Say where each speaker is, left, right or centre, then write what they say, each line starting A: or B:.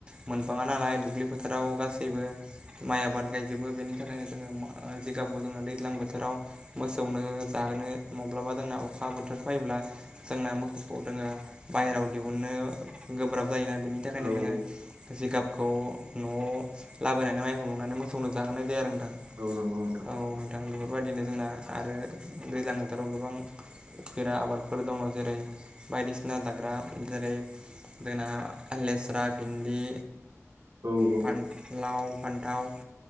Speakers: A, on the right; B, on the right.
A: मोनबाङा नालाय दुब्लि फोथाराव गासैबो माइ आबाद गायजोबो बेनि थाखायनो जोङो जिगाबखौ जोङो दैज्लां बोथोराव मोसौनो जाहोनो माब्लाबा जोंना अखा बोथोर फायोब्ला जोंना मोखौफोर दोंङो बायहेरायाव दिहुननो गोब्राब जायोना बेनि थाखायनो
B: औ
A: जोङो जिगाब खौ न'आव लाबोनानै माइहुं लुनानै मोसौनो जाहोनाय जायो आरो नोंथां।
B: औ औ नंगौ नोंथां
A: औ नोंथां बेफोरबायदिनो जोंना आरो दैज्लां बोथोराव गोबां उफेरा आबादफोर दङ जेरै बायदिसिना जाग्रा जेरै जोगोनार लेस्रा भिन्दि
B: औ औ
A: फान्थ लाव फान्थाव